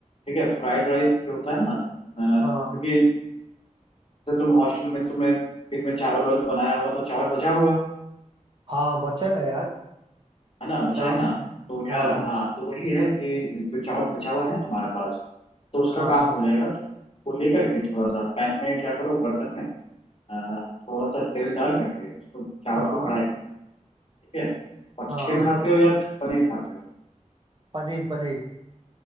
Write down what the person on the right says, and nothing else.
हाँ
हाँ बचा है यार
क्या
हाँ
हाँ
हाँ
हाँ
पनीर पनीर